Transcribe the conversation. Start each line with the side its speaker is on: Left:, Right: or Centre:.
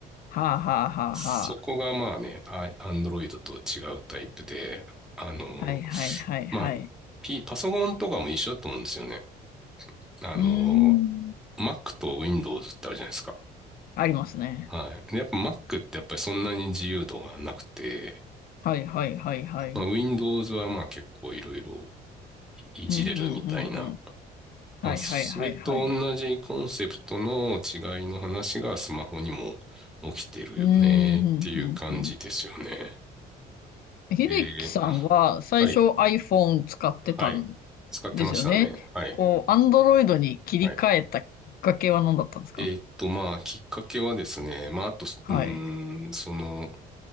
Left: はあはあはあはあ。
Centre: そこがまあね、ア n ンドロイドと違うタイプで、あの、
Left: はいはいはいはい。
Centre: まあ、P、パソコンとかも一緒だと思うんですよね。あの、
Left: うーん。
Centre: Mac と Windows ってあるじゃないですか。
Left: ありますね。
Centre: はい。で、やっぱ Mac ってやっぱりそんなに自由度がなくて、
Left: はいはいはいはい。
Centre: まあ、Windows はまあ結構いろいろいじれるみたいな。
Left: うん、うん、うん、うん。
Centre: まあ、
Left: はいはいはいはい。
Centre: それと同じコンセプトの違いの話がスマホにも起きてるよねっていう感じですよね。
Left: うん、うん、うん、うん。秀樹さんは最初
Centre: で、はい、
Left: iPhone 使ってたん
Centre: はい。使ってましたね。
Left: ですよね。
Centre: はい、
Left: こう、Android に切り替えたきっかけは何だったんですか
Centre: はい。えーっと、まあ、きっかけはですね、まあ、あと、
Left: はい。
Centre: うーん、その、